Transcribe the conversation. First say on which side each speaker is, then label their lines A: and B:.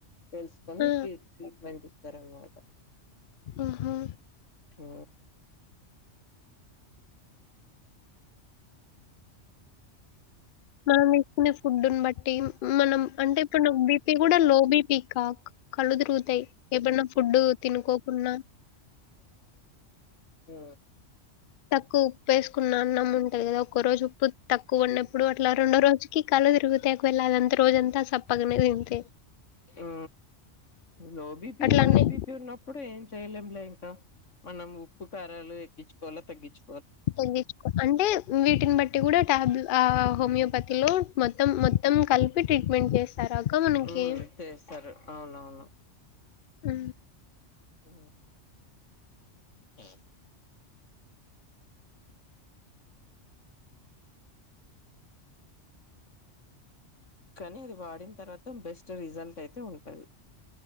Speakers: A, on the left; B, on the left.
A: తెలుసుకొని
B: ఆ!
A: టీ ట్రీట్మెంట్ ఇస్తారనమాట
B: ఆహా
A: ఉ
B: మనం ఇచ్చనే ఫుడ్డుని బట్టి మనం అంటే ఇప్పుడు బీపీ కూడా లో బీపీ కా కళ్ళు తిరుగుతాయి ఏమన్నా ఫుడ్డు తినుకోకుండా
A: హ
B: తక్కువ ఉప్పు వేసుకున్న అన్నం ఉంటాది కదా ఒకక్క రోజు ఉప్పు తక్కువ ఉన్నప్పుడు అట్లా రెండో రోజు అ కాళ్ళు దిరుగుతతే అక్వళ అదంత రోజంతా సప్పగనే తింతతే
A: ఆ లో బీపీ
B: అట్లన్నీ
A: హై బీపీ ఉన్న అప్పుడు ఏం చెయలేం లే ఇంకా మనం ఉప్పు కారాలు ఎక్కించకోవా తగ్గించు
B: తగ్గి అంటే వీటిని బట్టి కూడా టాబ్ హోమియోపతిలో మొత్తం మొత్తం కల్పి ట్రీట్మెంట్ చేస్తారుా అక్క మనకి
A: ఉమ్ చేస్తారు అవునవును
B: ఉ
A: ఉ ఆ కానీ అది వాడిన తర్వాత బెస్ట్ రిజల్ట్ అయితే ఉంటంది